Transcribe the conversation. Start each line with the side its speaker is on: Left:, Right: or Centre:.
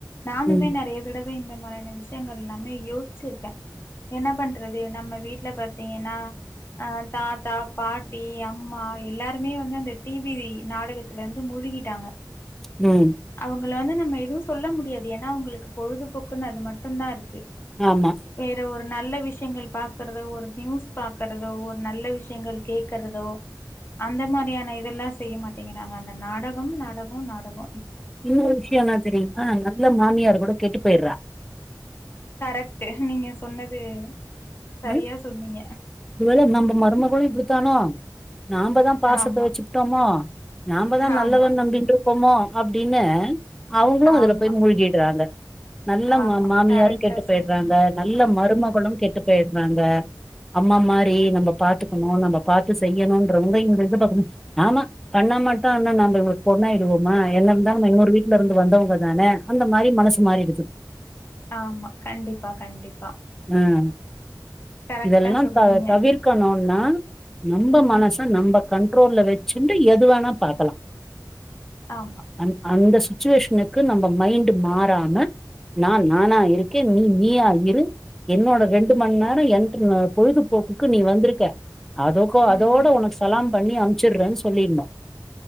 Left: நானுமே
Centre: ம்
Left: நறைய பல தடவ இந்த மாரியான விஷயங்கள் எல்லாமே யோசிச்சிருக்க என்ன பண்றது நம்ம வீட்ல ப த்தீங்னா அ தாத்தா பாட்டி அம்மா எல்லாருமே வந்து அந்த டிவி நாடகத்துல வந்து மூழ்கி ட்டாங்க
Centre: ம்
Left: அவங்கள வந்து நம்ம எதுவு சொல்ல முடியாது ஏன்னா அவங்களுக்கு பொழுதுபோக்குன்னு அது மட்டுதா இருக்கு
Centre: ஆமா
Left: வேற ஒரு நல்ல விஷயங்கள் பாக்கறதோ ஒரு நியூஸ் பாக்கறதோ ஒரு நல்ல விஷயங்கள் கேக்கறதோ அந்த மாதிரியான இதெல்லா செய்ய மாட்டிங்கிறாங்க அந்த நாடகம் நாடகம் நாடகம்
Centre: இன்னொரு விஷயம் என்ன தெரியுமா நல்ல மாமியார் கூட கெட்டு போயிடுறா
Left: கரெக்டு நீங்க சொன்னது சரியா
Centre: ம்
Left: சொன்னீங்க ம்
Centre: ஒருவேள நம்ம மருமகளு இப்படித்தானோ நாமதா பாசத்த
Left: ஆமா
Centre: வச்சுபுட்டோமோ நாமதா
Left: ஆமா
Centre: நல்லவன் நம்பிட்டு இருக்கோமோ அப்டின்னு அவுங்களு அதுல
Left: ஆமா
Centre: போய் மூழ்கிடுறாங்க நல்ல
Left: ஆமா
Centre: மா மாமியாரு
Left: கரெக்டா
Centre: கெட்டு போயிடுறாங்க
Left: சொன்னீங்க
Centre: நல்ல மருமகளும் கெட்டு போயிட்றாங்க அம்மா மாிரி நம்ம பாத்துக்கணு நம்ம பாத்து செய்யணும்ன்றவங்க இந்த இது பாக்கும்போ ஆமா பண்ண மாட்டான்னா நம்ம இவங்களுக்கு பொண்ணா ஆயிடுவோமா என்ன இருந்தாலு நம இன்னொரு வீட்ல இருந்து வந்தவங்க தான அந்த மாரி மனசு மாறிடுது
Left: ஆமா கண்டிப்பா கண்டிப்பா
Centre: ம்
Left: கரெக்டா
Centre: இதெல்லா
Left: சொல்றீங்க
Centre: த தவிர்க் கணுனா நம்ம
Left: ம்
Centre: மனச நம்ம கண்ட்ரோல்ல வச்சுட்டு எது வேணா பார்க்கலா
Left: ஆமா
Centre: அ அந்த சுச்சுவேஷனுக்கு நம்ம மைண்ட் மாறாம நா நானா இருக்கே நீ நீயா இரு என்னோட ரெண்டு மண் நேர என்ட்ருன பொழுதுபோக்குக்கு நீ வந்துருக்க அதக்கொ அதோட
Left: ம்
Centre: உனக் சலாம் பண்ணி அம்ச்சுறேன் சொல்லிர்னு